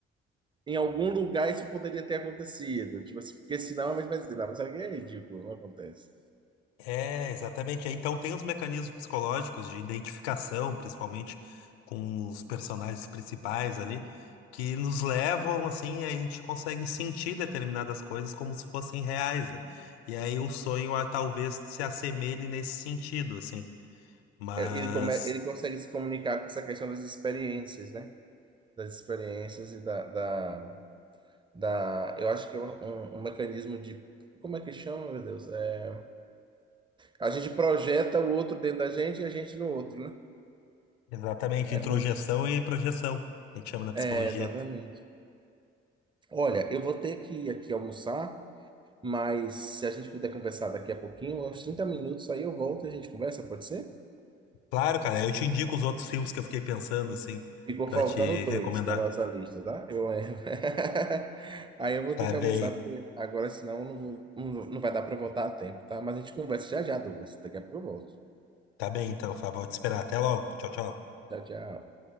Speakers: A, on the right; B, on the left.
A: Em algum lugar isso poderia ter acontecido. Tipo assim, porque senão ele vai dizer, não, mas aqui é ridículo, não acontece.
B: É, exatamente. Aí, Então tem os mecanismos psicológicos de identificação, principalmente com os personagens principais ali, que nos levam assim, e a gente consegue sentir determinadas coisas como se fossem reais, né? E aí o sonho ah, talvez se assemelhe nesse sentido, assim. Mas
A: É, Ele, come, ele consegue se comunicar com essa questão das experiências, né? Das experiências e da, da- da, eu acho que é um, um- um mecanismo de, como é que chama, meu Deus? É, a gente projeta o outro dentro da gente e a gente no outro, né?
B: exatamente,
A: É
B: introjeção
A: como,
B: e projeção, a gente chama na psicologia.
A: é, exatamente. Olha, eu vou ter que ir aqui almoçar, mas se a gente puder conversar daqui a pouquinho, uns trinta minutos aí eu volto e a gente conversa, pode ser?
B: Claro, cara, eu te indico os outros filmes que eu fiquei pensando, assim,
A: Ficou
B: pra
A: faltando
B: te
A: dois
B: recomendar.
A: na nossa lista, tá? Eu lembro. <laughs> Aí eu vou
B: Tá
A: ter que
B: bem,
A: almoçar, porque agora senão eu não, vou- não, não vai dar para voltar a tempo, tá? Mas a gente conversa já já, Douglas. Daqui a pouco eu volto.
B: tá bem então, Fábio, vou te esperar. Até logo. Tchau, tchau.
A: Tchau, tchau.